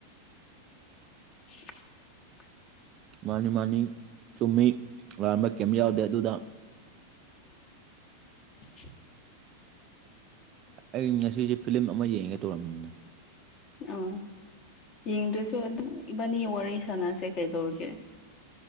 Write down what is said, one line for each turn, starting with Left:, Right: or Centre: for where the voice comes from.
Left: <unintelligible>
Right: ꯃꯥꯅꯤ ꯃꯥꯅꯤ ꯆꯨꯝꯃꯤ ꯂꯥꯟꯕ ꯀꯦꯝ ꯌꯥꯎꯗꯦ ꯑꯗꯨꯗ
Left: <unintelligible>
Right: ꯑꯩ ꯉꯁꯤꯁꯦ ꯐꯤꯂꯝ ꯑꯃ ꯌꯦꯡꯉꯦ ꯇꯧꯔꯝꯃꯤꯅꯤꯅ
Left: ꯑꯥ ꯌꯦꯡꯗ꯭ꯔꯁꯨ ꯑꯗꯨꯝ ꯏꯕꯥꯅꯤ ꯋꯥꯔꯤ ꯁꯥꯟꯅꯁꯦ ꯀꯩꯗꯧꯔꯤꯒꯦ